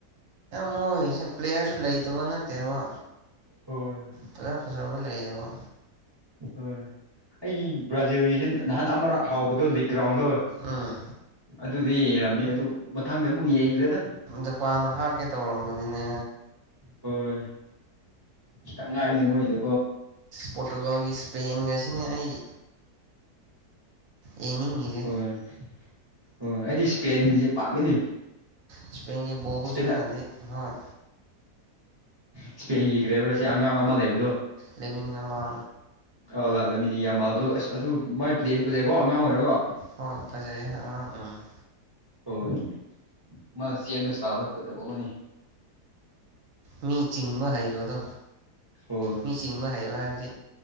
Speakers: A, on the right; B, on the right.
A: ꯃꯣꯏꯁꯦ ꯄ꯭ꯂꯦꯌꯔꯁꯨ ꯂꯩꯇꯕ ꯅꯠꯇꯕ
B: ꯍꯣꯏ
A: ꯐꯖ ꯐꯖ ꯕ ꯂꯩꯌꯦꯕ
B: ꯍꯣꯏ ꯑꯩ ꯕ꯭ꯔꯥꯖꯤꯜꯒꯤꯁꯤ ꯅꯍꯥꯟ ꯑꯃꯔꯛ ꯍꯥꯎꯕꯗꯣ ꯂꯤꯛ ꯒ꯭ꯔꯥꯎꯟꯗꯣ
A: ꯑꯥ
B: ꯑꯗꯨꯗꯤ ꯌꯦꯡꯔꯝꯃꯦ ꯑꯗꯨ ꯃꯊꯪꯗ ꯑꯃꯨꯛ ꯌꯦꯡꯗ꯭ꯔꯦꯗ
A: ꯖꯄꯥꯟ ꯍꯥꯔꯠꯀꯦ ꯇꯧꯔꯝꯕꯅꯤꯅꯦ
B: ꯍꯣꯏ ꯈꯤꯇꯪ ꯉꯥꯏꯕꯅꯦ ꯃꯣꯏꯗꯣ
A: ꯄꯣꯇꯨꯒꯜꯒꯤ ꯏꯁꯄꯦꯟ ꯒꯁꯤꯅꯦ ꯑꯩ ꯌꯦꯡꯅꯤꯡꯉꯤꯁꯦ
B: ꯍꯣꯏ ꯍꯣꯏ ꯑꯩꯗꯤ ꯏꯁꯄꯦꯟꯒꯤꯁꯦ ꯄꯥꯝꯃꯤꯅꯤ
A: ꯏꯁꯄꯦꯟꯒꯤ ꯕꯣꯜ
B: ꯏꯁꯄꯦꯟ
A: ꯒꯨꯁꯅꯗꯤ ꯍꯣꯏ
B: ꯏꯁꯄꯦꯟꯒꯤ ꯒꯔ꯭ꯦꯕ ꯁꯤ ꯑꯉꯥꯡ ꯑꯃ ꯂꯩꯕꯗꯣ
A: ꯂꯩꯦꯃꯤꯟꯅ ꯉꯃꯥ
B: ꯑ ꯂꯥꯛꯂꯃꯤꯅꯤ ꯌꯥꯝꯃꯜꯗꯣ ꯑꯁ ꯑꯗꯨ ꯃꯥꯏ ꯄ꯭ꯂꯂꯑꯁꯨ ꯄꯂꯛꯑꯦꯀꯣ ꯑꯉꯥꯡ ꯑꯣꯏꯔꯒꯣ
A: ꯍꯣꯏ ꯐꯖꯩ ꯎꯝ
B: ꯍꯣꯏꯣꯏ ꯃꯥꯅ ꯆꯦꯟꯕ ꯇꯥꯒ ꯐꯗ ꯐꯥꯎꯅꯤ
A: ꯃꯤ ꯆꯤꯡꯕ ꯍꯩꯕꯗꯣ
B: ꯍꯣꯏ
A: ꯃꯤ ꯆꯤꯡꯕ ꯍꯥꯏꯩꯕ ꯍꯥꯏꯁꯦ